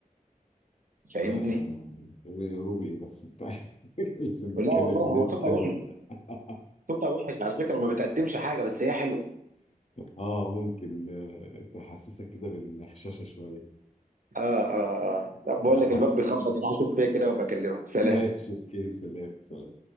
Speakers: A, on the right; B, on the left.
A: فاهمني؟
B: لا لا لا لا. روبي ايه بس بتاع <laughs> لسه بنتكلم
A: لا والله
B: في ناس
A: هو صوتها
B: حلوه
A: وحش
B: وبتاع <laughs>
A: صوتها وحش على فكرة وما بتقدمش حاجة بس هي حلوة
B: اه ممكن آه، تحسسك كده بالغشاشة شوية
A: اه اه اه لا بقول
B: اه
A: لك
B: حصل
A: الباب بيخبط
B: <laughs>
A: راح اشوف فيها كده وبكلمك سلام
B: ماشي اوكي سلام سلام